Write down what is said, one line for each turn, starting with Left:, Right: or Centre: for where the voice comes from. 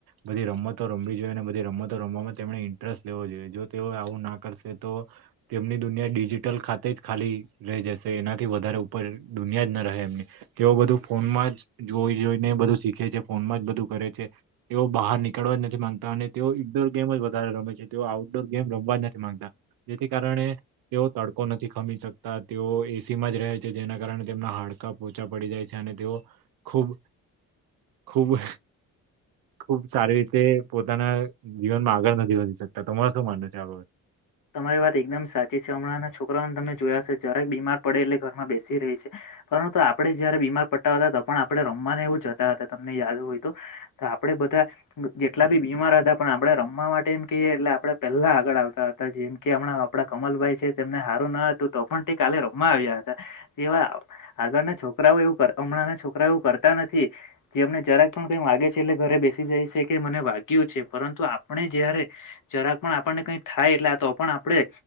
Right: બધી રમત તો રમવી જોઈએ અને બધી રમતો રમવામાં તેમણે ઇન્ટરેસ્ટ લેવો જોઈએ જો તેઓ આવું ના કરશે તો તેમની દુનિયા ડિજિટલ ખાતે જ ખાલી રહી જશે એનાથી વધારે ઉપર દુનિયા જ ના રહે એમની તેઓ બધું ફોન માં જ જોઈ જોઈને બધું શીખે છે ફોન જ બધું કરે છે તેઓ બહાર નીક કડવા જ નથી માંગતા અને તેઓ ઇન્ડોર ગેમ જ વધારે રમે છે તેઓ આઉટડોર ગેમ રમવા જ નથી માંગતા જેથી કારણે પણે તેઓ તડકો નથી ખમી શકતા તેઓ એસી માં જ રહે છે જેના કારણે તેમના હાડકા પોચા પડી જાય છે અને તેઓ ખૂબ ખૂબ ખૂબ સારી રી તે પોતાના જીવનમાં આગળ નથી વધી શકતા તમારે શું માનવુ છે આ બા
Left: તમારી વાત એકદમ સાચી છે હમણાં છોકરાઓને તમે જોયા હો જ્યારેક બીમાર પડે એટલે ઘરમાં બેસ શી રેય છે પરંતુ આપડે જયારે બીમાર પડતા હતા તો પણ આપણે રમવાનું એ જતા હતા તમને યાદ હોય તો આપડે બધા જેટલા બી બીમાર હતા પણ આપડે રમવા માટે એમ કહીએ એટલે આપડે પહેલા આગળ આવતા હ જેમ કે હમણાં આપડા કમલભાઈ છે તેમને હારું ન હતું તો પણ તે કાલે રમવા આવ્યા હતા એવા આગળના છોકરાઓ એવું કર હમણાં ના છોકરા એવું કરતા નથી જે અમને જરાક પણ કઈ વાગે છે એટલે ઘરે બેસી જાય છે કે મને વાગ્યું છે પરંતુ આપણે જયારે જરાક પણ આપણને કઈ થાય એટલે તો પણ આપડે